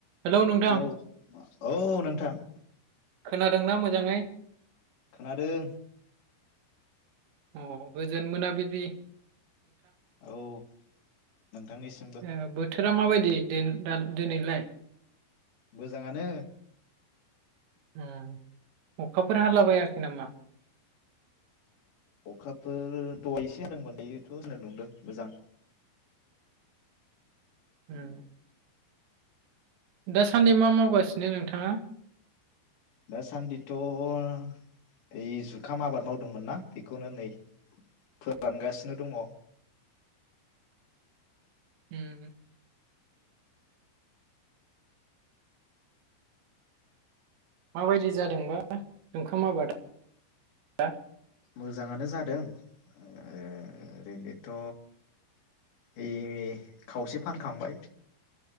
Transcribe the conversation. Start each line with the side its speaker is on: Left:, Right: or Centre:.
Right: Hello नोंथां
Left: hello औ नोंथां
Right: खोनादोंना मोजाङै?
Left: खोनादों।
Right: अ गोजोन मोनाबलि
Left: औ नोंथांनिसिमबो।
Right: ओ बोथोरा माबायदि देन दा दोनैलाय।
Left: मोजाङानो
Right: उम अखाफोर हालाबायाखै नामा?
Left: अखाफोर दहाय एसे होनदोंमोन दायोथ' सान्दुं दुंदों मोजां।
Right: उम। दासान्दि मा मावगासिनो नोंथाङा?
Left: दासान्दिथ' ओइ जुखाम आबाद मावदोंमोन ना बेखौनो नै फोरानगासिनो दंङ।
Right: उम। माबायदि जादोंबा जुखाम आबा-दा?
Left: मोजांङानो जादों ओ ओरैनोथ ऐ खावसे फानखांबाय।